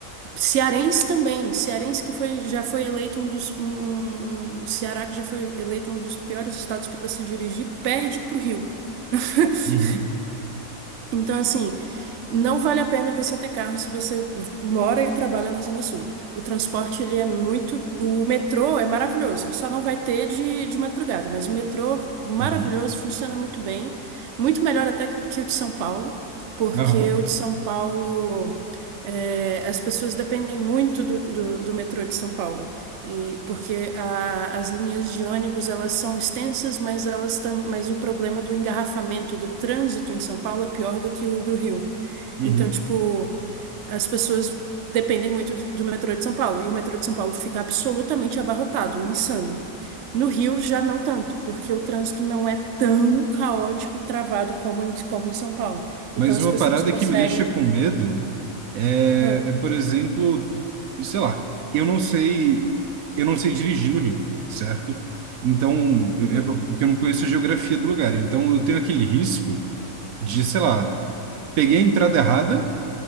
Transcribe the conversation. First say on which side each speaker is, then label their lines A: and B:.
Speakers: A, on the right; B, on the right.
A: Cearense também. Cearense que foi, já foi eleito um dos... Um, um- um- Ceará que já foi eleito um dos piores estados para se dirigir, perde pro Rio. <laughs>
B: uhum,
A: Então, assim, não vale a pena você ter carro se você mora e trabalha na Zona Sul. O transporte, ele é muito... O metrô é maravilhoso. Ele só não vai ter de, de madrugada, mas o metrô, maravilhoso,
B: uhum,
A: funciona muito bem. Muito melhor até que, que o de São Paulo, porque
B: uhum, uhum,
A: o de São Paulo... é, as pessoas dependem muito do, do, do metrô de São Paulo. E porque a- as linhas de ônibus elas são extensas, mas elas tam, mas o problema do engarrafamento e do trânsito em São Paulo é pior do que o do Rio.
B: uhum,
A: Então, tipo, as pessoas dependem muito do, do metrô de São Paulo, e o metrô de São Paulo fica absolutamente abarrotado, insano. No Rio já não tanto, porque o trânsito não é tão caótico e travado como em, como em São Paulo. Então
B: Mas
A: as
B: uma
A: pessoas
B: parada
A: conseguem.
B: que me deixa com medo é,
A: Ah,
B: é, por exemplo, sei lá, eu não sei, eu não sei dirigir no Rio, certo? Então,
A: uhum.
B: é porque eu não conheço a geografia do lugar. Então, eu tenho aquele risco de, sei lá, peguei a entrada errada